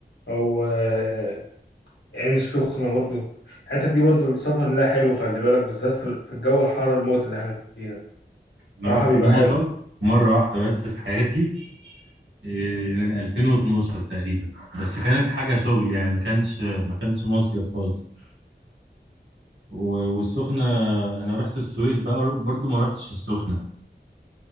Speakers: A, on the left (about 80°); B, on the right (about 85°).
A: او آه، عين السخنة برضو الحتت دي برضو السفر لها حلو خلي بالك بالذات في في الجو الحر الموت اللي احنا فيه ده
B: أنا
A: صراحة
B: رحت
A: بيبقى
B: جمصة
A: حلو
B: مرة واحدة بس في حياتي إيه، من 2012 تقريبا بس كانت حاجة شغل يعني ما كانش ما كانش مصيف خالص و- والسخنة أنا رحت السويس بقى برضو ما رحتش السخنة